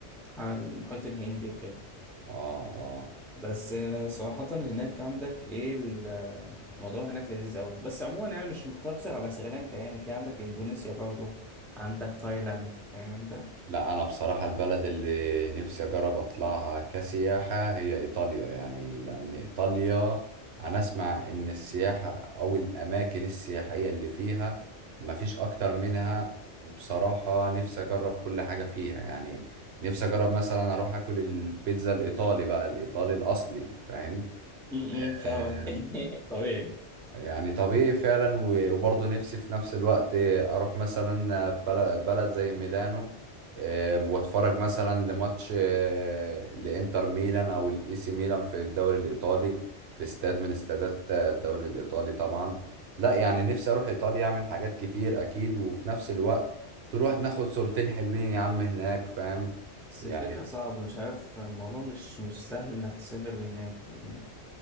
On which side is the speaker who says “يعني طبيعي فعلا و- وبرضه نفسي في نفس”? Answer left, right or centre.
Right